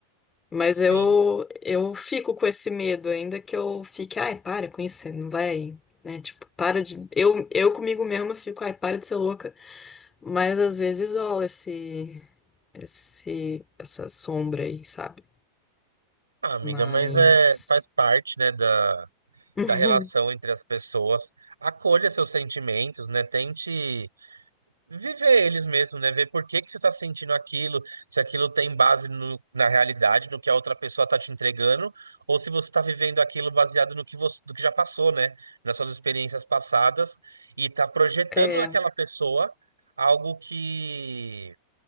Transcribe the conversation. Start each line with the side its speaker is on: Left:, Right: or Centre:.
Left: mas
Right: sim.
Left: eu, eu fico com esse medo, ainda que eu fique, ai, para com isso, você não vai, né? Tipo, para de. Eu, eu comigo mesma fico, ai, para de ser louca. Mas às vezes rola esse, esse, essa sombra aí, sabe?
Right: Ah, amiga,
Left: Mas.
Right: mas é, faz parte, né, da,
Left: <laughs>
Right: da relação entre as pessoas. Acolha seus sentimentos, né? Tente viver eles mesmo, né? Ver por que que você está sentindo aquilo, se aquilo tem base no- na realidade, no que a outra pessoa está te entregando, ou se você está vivendo aquilo baseado no que você, do que já passou, né? Nas suas experiências passadas e está projetando
Left: É,
Right: naquela pessoa algo que